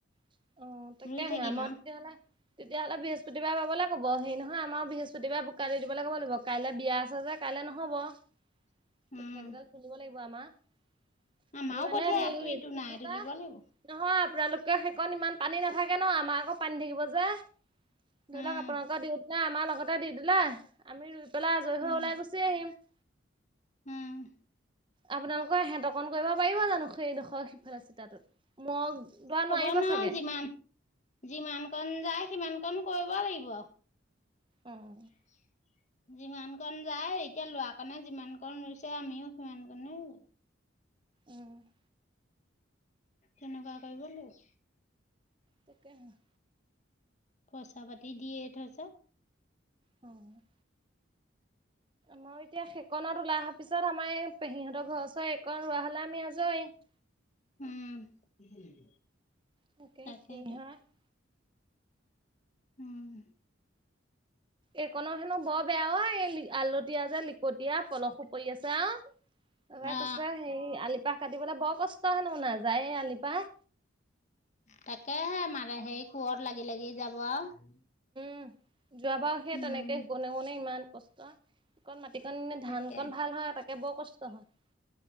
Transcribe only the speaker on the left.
ৰুই থাকিম
আৰু
<unintelligible>
উম
আমাৰো
কঠিয়া
এই
ইটো নাই
তুলিব
লাগিব। <unintelligible>
উম
উম
উম। <inaudible>
কব
নোৱাৰো
যিমান যিমান কন যায় সিমান কন কৰিব লাগিব। <unintelligible>
<unintelligible> যিমান কন যায়, এতিয়া লৰা কণে যিমান কণ ৰুইছে আমিও সিমান কনে ৰুম। <unintelligible>
তেনেকুৱা কৰিব ল <unintelligible>
পইচা পাতি দিয়ে থৈচ <unintelligible>
উম <inaudible>
তাকেতো
উম! <unintelligible>
অ
তাকেহে মানে সেই কোঁৰত লাগি-লাগি যাব আৰু। <unintelligible>
উম
তাকে